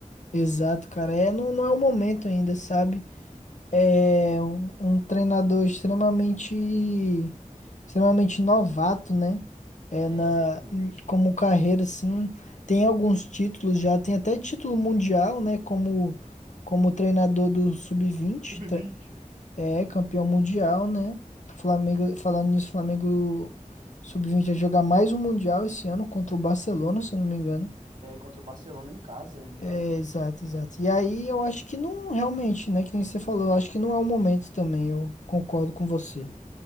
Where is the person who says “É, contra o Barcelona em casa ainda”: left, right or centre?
Right